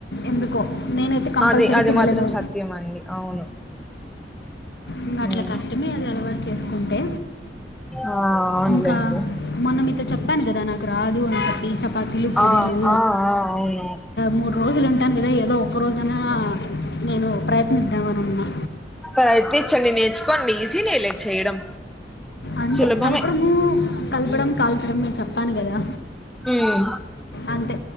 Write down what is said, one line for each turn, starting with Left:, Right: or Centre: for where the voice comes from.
Left: ఎందుకో నేనైతే కంపల్సరీ
Centre: అదే అది
Left: తినలేను
Centre: మాత్రం సత్య అడి అవును
Left: ఇంక
Centre: ఉమ్
Left: అట్లా కష్టమే అది అలవాటు చేసుకుంటే
Centre: ఆ అవునులేండి
Left: ఇంకా మొన్న మీతో చెప్పాను కదా నాకు రాదు అని చెప్పి చపాతీలు పూరీలు
Centre: ఆ ఆ ఆ అవును
Left: మూడు రోజులు ఉంటాను కదా ఏదో ఒక రోజనా నేను ప్రయత్నిద్దామ అనిన్నా
Centre: ప్రయత్నించండి నేర్చుకోండి ఈజీ నే లే చేయడం
Left: అంతే
Centre: సులభమే
Left: కలపడము కలపడం కాల్చడం మే చెప్తాను కదా
Centre: మ్
Left: అంతే